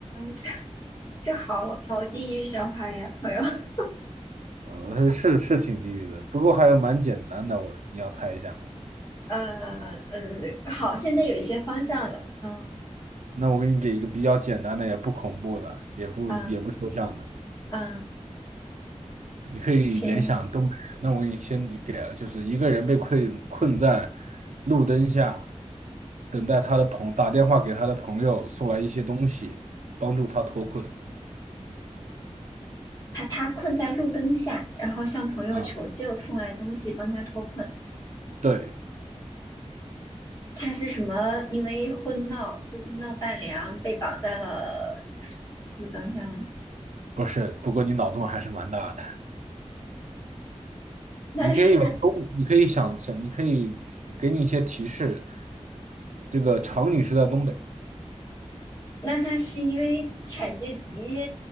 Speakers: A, on the left (about 30°); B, on the right (about 85°).
A: 这这好好地狱笑话呀，朋友。<laughs>
B: 呃，他是是挺地狱的，不过还有蛮简单的，我你要猜一下吗？
A: 呃呃，好，现在有一些方向了。嗯
B: 那我给你给一个比较简单的，也不恐怖的，也不也不抽象的。
A: 嗯嗯，
B: 你可以联想东北人，
A: 行。
B: 那我给你先给了，就是一个人被困困在路灯下，等待他的朋打电话给他的朋友送来一些东西，帮助他脱困。
A: 他他困在路灯下，然后向朋友求救，
B: 啊，
A: 送来东西帮他脱困。
B: 对，
A: 他是什么？因为婚闹闹伴娘被绑在了路灯上，
B: 不是，不过你脑洞还是蛮大的。
A: 那是
B: 你可以往东，你可以想想，你可以给你一些提示。这个场景是在东北，
A: 那他是因为资产阶级